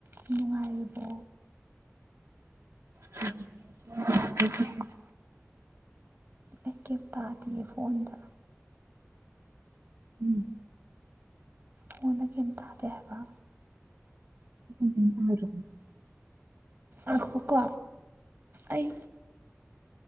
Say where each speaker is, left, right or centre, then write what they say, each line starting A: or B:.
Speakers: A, on the right (about 50°); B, on the right (about 70°).
A: ꯅꯨꯡꯉꯥꯏꯔꯤꯕꯣ
B: <unintelligible>
A: ꯑꯩ ꯀꯩꯝ ꯇꯥꯗꯦꯌꯦ ꯐꯣꯟꯗ
B: ꯎꯝ
A: ꯐꯣꯟꯗ ꯀꯩꯝ ꯇꯥꯗꯦ ꯍꯥꯏꯕ
B: <unintelligible>
A: ꯑꯈꯨꯀꯣ ꯑꯩ